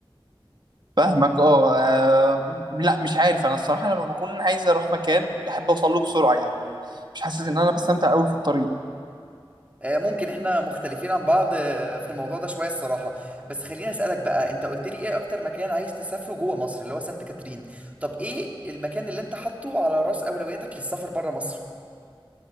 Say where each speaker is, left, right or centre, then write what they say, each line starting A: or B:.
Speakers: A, on the right; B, on the right.
A: فاهمك اه آه، لا مش عارف انا الصراحه لما بكون عايز اروح مكان بحب اوصل له بسرعه يعني مش حاسس ان انا بستمتع قوي في الطريق
B: آه، ممكن احنا مختلفين عن بعض آه، في الموضوع ده شوية الصراحة بس خليني اسألك بقى انت قلت لي ايه اكتر مكان عايز تسافره جوه مصر اللي هو سانت كاترين طب ايه المكان اللي انت حاطه على رأس اولوياتك للسفر بره مصر